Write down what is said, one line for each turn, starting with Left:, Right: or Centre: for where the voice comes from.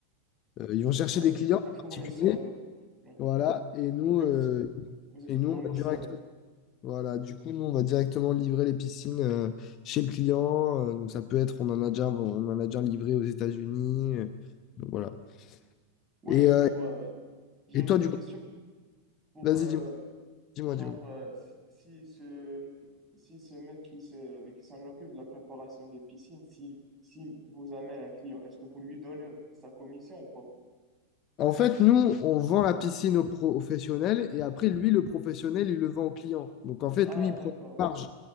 Left: euh, ils vont chercher
Right: ouais,
Left: des clients
Right: un fournisseur.
Left: particuliers,
Right: Ouais. ouais.
Left: voilà. Et nous,
Right: Et
Left: euh,
Right: vous, vous êtes
Left: et
Right: le
Left: nous,
Right: fournisseur.
Left: on va direct- voilà. Du coup, nous, on va directement livrer les piscines euh, chez le client. Euh, donc ça peut être, on en a déjà, on en a déjà livré aux États-Unis. Euh, donc voilà.
Right: Ouais,
Left: Et,
Right: mais
Left: euh,
Right: pour... euh, j'ai
Left: et
Right: une
Left: toi,
Right: autre
Left: du
Right: question.
Left: coup,
Right: Pour,
Left: vas-y,
Right: euh,
Left: dis-moi, dis-moi,
Right: Genre,
Left: dis-moi.
Right: euh, si, si ce, si ce mec qui se, qui s'en occupe de la préparation des piscines, s'il, s'il vous amène un client, est-ce que vous lui donnez sa commission ou pas?
Left: En fait, nous, on vend la piscine au professionnel et après, lui, le professionnel, il le vend au client. Donc, en fait,
Right: Ah,
Left: lui, il
Right: d'accord,
Left: prend sa marge.